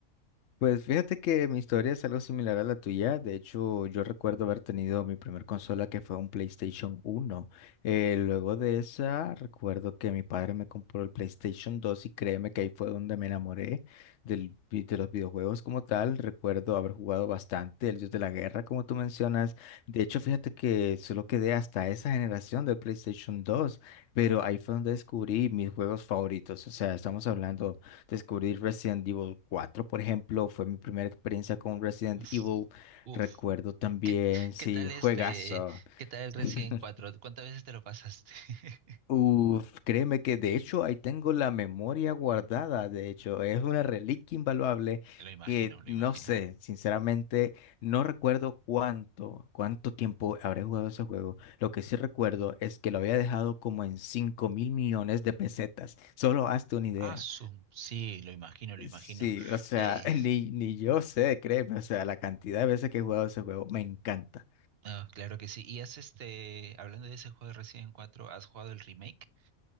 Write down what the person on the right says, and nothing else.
Uf,
uf.
¿Qué,
qué tal
este, qué tal el Resident
cuatro ¿Cuántas veces te lo pasaste? <laughs>
Lo imagino,
lo
imagino.
Ah, su- sí, lo imagino, lo imagino.
Eh,
ah, claro que sí. Y has este, hablando de ese juego de Resident 4, ¿has jugado el remake?